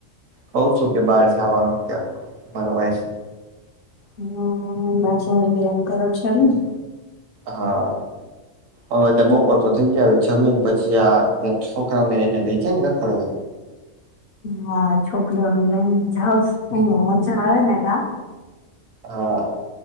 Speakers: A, on the right; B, on the left.
A: કહુ છું કે બહાર જવાનું ત્યાં મારા ભાઇ
B: હમ પાછુ હલ્દીરામ કરો તે ચાલે ને
A: હા હવે તો બપોર તો થઇ ગયા જમીન પછી આ છોકરાને એને લઈ જાય ને ફરવા
B: હા છોકરીઓ લઈ જાઓ તો મજા આવે ને જા
A: હા